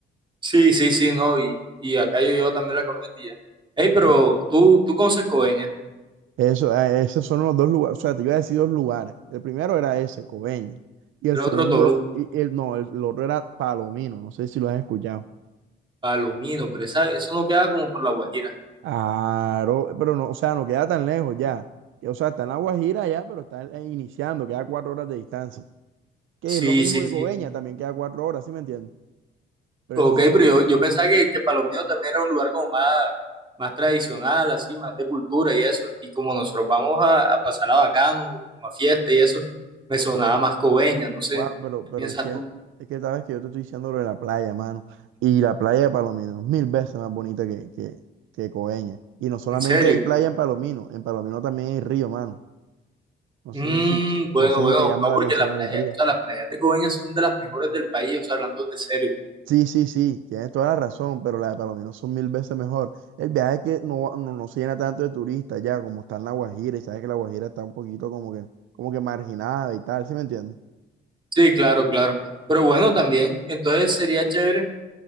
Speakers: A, on the right (about 25°); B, on the right (about 80°).
A: Sí, sí, sí, no, y, y acá yo llevo también la camioneta y ya. Ey, pero
B: Claro.
A: tú, tú conoces Coveñas,
B: Eso, eh, esos son los dos lugares. O sea, te iba a decir dos lugares. El primero era ese, Coveña. Y el
A: el
B: segundo,
A: otro Tolú,
B: y el, no, el, el otro era Palomino. No sé si lo has escuchado.
A: Palomino, pero esa, eso no queda como por La Guajira.
B: Claro, pero no, o sea, no queda tan lejos ya. Que, O sea, está en La Guajira ya, pero está eh, iniciando, queda cuatro horas de distancia. Que
A: Sí,
B: es lo mismo
A: sí,
B: que
A: sí.
B: Coveña, también queda cuatro horas, ¿sí me entiendes? Pero
A: Ok,
B: esos son
A: pero yo, yo pensaba que, que Palomino también era un lugar como más, más tradicional, así, más de cultura y eso. Y como nosotros vamos a, a pasar a Bacano, como a fiesta y eso, me sonaba
B: los.
A: más Coveñas, no sé.
B: Guau, pero,
A: ¿Qué
B: pero
A: piensas
B: es que,
A: tú?
B: es que sabes que yo te estoy diciendo lo de la playa, mano. Y la playa de Palomino es mil veces más bonita que, que, que Coveñas. Y no solamente
A: ¿En serio?
B: hay playa en Palomino, en Palomino también hay río, mano. No
A: Mm,
B: sé si,
A: bueno,
B: no sé
A: bueno,
B: si te llama
A: no,
B: la
A: porque
B: atención
A: la playa,
B: el río.
A: o sea, las playas de Coveñas son de las mejores del país, o sea, hablando de serio.
B: Sí, sí, sí, tienes toda la razón, pero la de Palomino son mil veces mejor. El viaje es que no, no, no se llena tanto de turistas ya, como está en La Guajira, y sabes que La Guajira está un poquito como que, como que marginada y tal, ¿sí me entiendes?
A: Sí, claro, claro. Pero bueno, también, entonces sería chévere